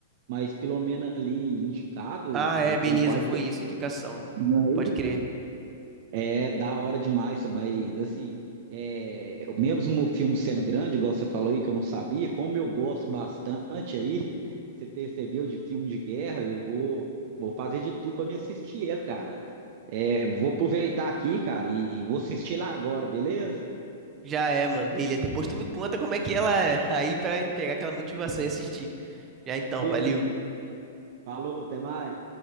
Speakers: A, on the right; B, on the right.
A: mas pelo menos ali indicado,
B: Ah, é,
A: eu
B: beleza,
A: tenho quase.
B: foi isso, indicação.
A: não é
B: Pode
A: isso?
B: crer.
A: É da hora demais, só, mas assim, é, mesmo o filme sendo grande, igual você falou aí, que eu não sabia, como eu gosto bastante aí, <laughs> você percebeu de filme de guerra, eu vou, vou fazer de tudo para me assistir ele, cara. É, vou aproveitar aqui, cara, e vou assistir lá agora, beleza?
B: Já é, mano, beleza. Depois tu me conta como é que ela é. <laughs> Aí pra pegar aquela motivação e assistir. Já então,
A: Beleza.
B: valeu.
A: Falou, até mais.